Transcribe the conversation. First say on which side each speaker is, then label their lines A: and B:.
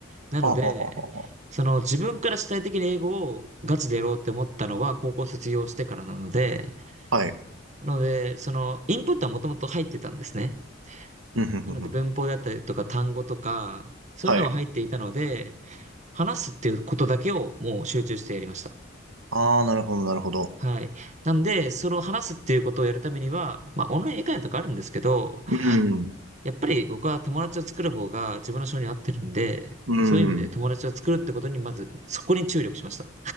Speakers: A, on the right; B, on the right.
A: なので、
B: はあ、はあはあは
A: その自分から主体的に英語をガチでやろうって思ったのは高校卒業してからなので、
B: あはあはい。
A: なので、その、インプットはもともと入ってたんですね。
B: うん、ふんふんふん。
A: なので、文法だったりとか単語とか、そういうのは入っていたので、
B: はい。
A: 話すっていうことだけをもう集中してやりました。
B: ああ、なるほど、なるほど。
A: はい。なんで、その話すっていうことをやるためには、まあ、オンライン以外とかあるんですけど、
B: うん。
A: やっぱり僕は友達を作る方が自分の性に合ってるんで、
B: うん。
A: そういう意味で友達を作るってことに、まず、そこに注力しました。